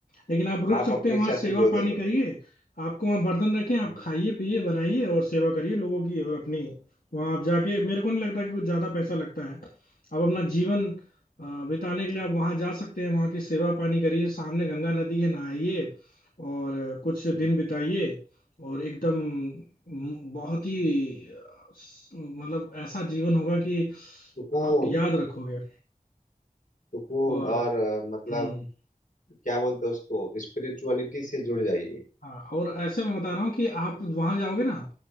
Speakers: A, on the left (about 80°); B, on the left (about 65°).
A: लेकिन आप रुक
B: आप
A: सकते
B: अपनी
A: हैं
B: इच्छा
A: वहाँ सेवा
B: से जो
A: पानी
B: दे दो
A: करिए आपको वहाँ बर्तन रखें आप
B: हम्म,
A: खाइए पिए बनाइए और सेवा करिए लोगों की और अपनी वहाँ आप जाके मेरे को नहीं लगता कि कुछ ज़्यादा पैसा लगता है आप अपना जीवन अ, बिताने के लिए आप वहाँ जा सकते हैं वहाँ की सेवा पानी करिए सामने गंगा नदी है नहाइए और कुछ दिन
B: हम्म।
A: बिताइए और एकदम म, बहुत ही स- मतलब ऐसा जीवन होगा कि
B: सुकून
A: आप याद रखोगे
B: सुकून
A: और
B: और अ, मतलब
A: हम्म
B: क्या बोलते हैं उसको स्पिरिचुअलिटी से जुड़ जाइए
A: हाँ और ऐसे मैं बता रहा हूँ कि आप वहां जाओगे ना